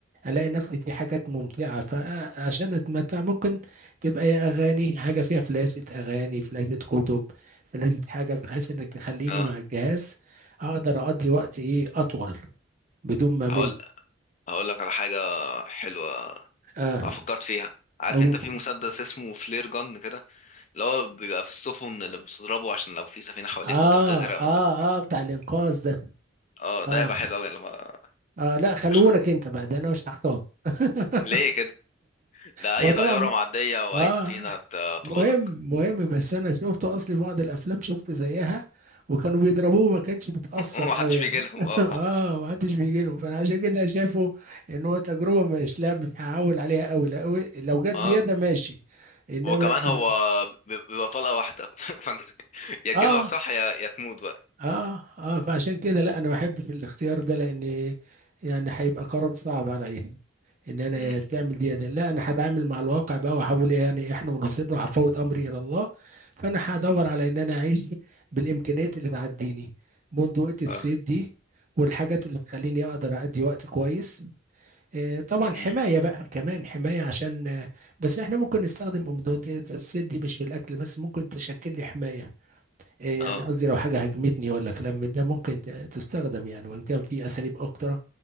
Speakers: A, on the right (about 40°); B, on the left (about 35°).
A: ألاقي نفسي في حاجات ممتعة فعشان أتمتع ممكن تبقى يا أغاني حاجة فيها فلاشة أغاني فلاشة كتب فلاشة حاجة بحيث إنك تخليني
B: اه
A: مع الجهاز أقدر أقضي وقت إيه أطول بدون ما مل
B: هقول هقول لك على حاجة حلوة
A: آه
B: انا فكرت فيها عارف
A: أقول
B: انت في مسدس اسمه فلير جن كده اللي هو بيبقى في السفن اللي بتضربه عشان لو في سفينة حواليك
A: اه
B: وانت بتغرق
A: اه
B: مثلا
A: اه بتاع الانقاذ ده
B: اه ده
A: اه
B: هيبقى حلو قوي لما <laughs>
A: اه لا خلوهولك
B: عشان
A: انت بقى ده انا مش هختار <laughs>
B: ليه كده ده
A: هو
B: اي
A: طبعا
B: طيارة
A: م-
B: معدية او
A: اه
B: اي سفينة هت- هتلقطك
A: مهم مهم بس انا شفت اصلي بعض الافلام شفت زيها وكانوا بيضربوه ما كانش بتأثر
B: <laughs> ومحدش
A: قوي
B: بيجي
A: يعني
B: لهم
A: <laughs>
B: اه
A: اه ما حدش بيجي له فانا عشان كده شايفه ان هو تجربه مش لا مش هعول عليها قوي لا لو جت
B: اه
A: زياده ماشي انما
B: وكمان
A: أز-
B: هو بيب- بيبقى طلقة واحدة <laughs> فانت يا
A: اه
B: تجيبها صح يا يا تموت بقى
A: اه اه فعشان كده لا انا ما بحبش الاختيار ده لان يعني هيبقى قرار صعب عليا ان انا
B: مم.
A: تعمل دي ده لا انا هتعامل مع الواقع بقى واحاول يعني احنا ونصيبنا هفوت امري الى الله فانا هدور على ان انا اعيش بالامكانيات اللي تعديني بندقية الصيد
B: اه
A: دي والحاجات اللي تخليني اقدر ادي وقت كويس آه طبعا
B: مم.
A: حماية بقى كمان حماية عشان آه بس احنا ممكن نستخدم بندقية الصيد دي مش في الاكل بس ممكن تشكل لي حماية إيه يعني
B: اه
A: قصدي لو حاجة هاجمتني ولا كلام من ده ممكن ت- تستخدم يعني وإن كان في أساليب أكتر